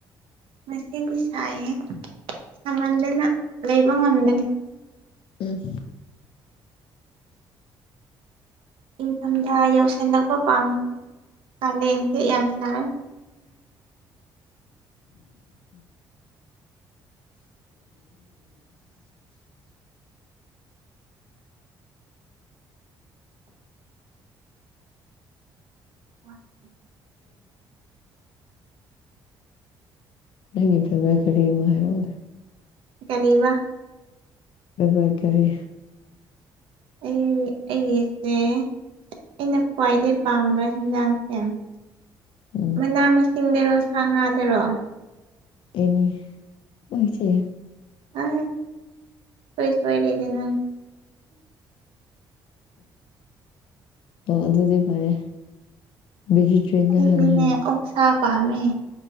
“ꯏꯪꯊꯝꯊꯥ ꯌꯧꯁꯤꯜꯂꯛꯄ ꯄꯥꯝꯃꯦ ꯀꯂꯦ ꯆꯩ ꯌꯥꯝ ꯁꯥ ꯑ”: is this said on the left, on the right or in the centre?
Right